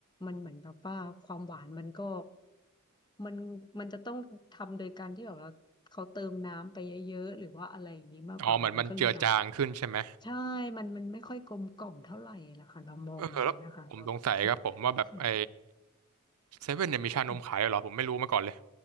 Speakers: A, on the left; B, on the right.
A: มันเหมือนแบบว่าความหวานมันก็มันมันจะต้องทำโดยการที่แบบเราเขาเติมน้ำไปเยอะๆหรือว่าอะไรอย่างนี้มากกว่าค่ะมันก็เลยแบบ
B: อ๋อเหมือนมันเจือจางขึ้นใช่ไหม
A: ใช่มันมันไม่ค่อยกลมกล่อมเท่าไหร่ละค่ะเรามองอย่างนั้นนะคะเรา
B: เออแล้วผมสงสัยครับผมว่าแบบไอ
A: ค
B: เซเว่นเนี่ยมีชานมขายด้วยเหรอผมไม่รู้มาก่อนเลย
A: ะ